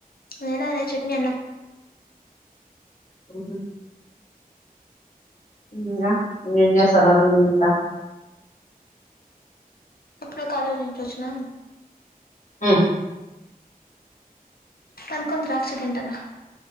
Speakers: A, on the left; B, on the left.
A: నేను అదే చట్నీ అన్నం
B: ఓహో ఎం రా ఇంకా ఎం చేస్తున్నారు ఎం కథ
A: ఎప్పుడే కాలేజీ నుంచి వచ్చినా
B: ఉమ్
A: కనుకొంద రషితింతన్రా